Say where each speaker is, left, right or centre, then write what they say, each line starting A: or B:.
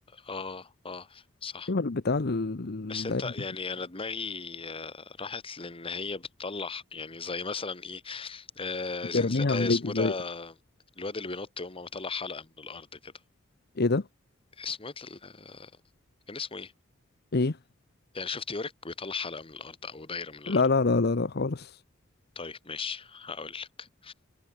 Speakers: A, on the left (about 25°); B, on the left (about 50°).
A: اه اه صح
B: ايوه البتاع ال-
A: بس انت
B: ده
A: يعني انا دماغي آه، راحت لان هي بتطلع يعني زي مثلا ايه آه
B: بترميها
A: زنز... آه
B: عليك
A: اسمه
B: ازاي
A: ده الواد اللي بينط يقوم مطلع حلقة من الارض كده
B: ايه ده
A: اسمه ايه ال- كان اسمه ايه
B: ايه
A: يعني شفت يورك بيطلع حلقة من الارض او دايرة من الارض
B: لا لا لا لا لا خالص
A: طيب ماشي هقول لك